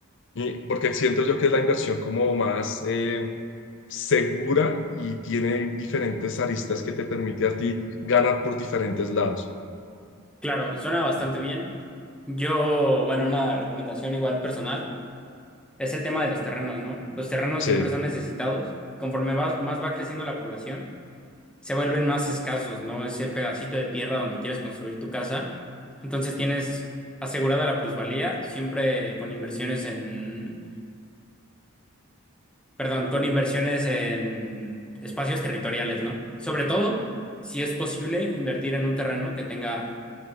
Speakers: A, on the left; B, in the centre.
A: y- porque siento yo que es la inversión como más eh, segura y tiene diferentes aristas que te permite a ti ganar por diferentes lados.
B: claro, suena bastante bien. Yo, bueno, una recomendación igual personal es el tema de los terrenos, ¿no? Los terrenos
A: Sí,
B: siempre son necesitados. Conforme vas, más va creciendo la población, se vuelven más escasos, ¿no? Ese pedacito de tierra donde quieres construir tu casa. Entonces tienes asegurada la plusvalía, siempre con inversiones en, perdón, con inversiones en espacios territoriales, ¿no? Sobre todo, si es posible, invertir en un terreno que tenga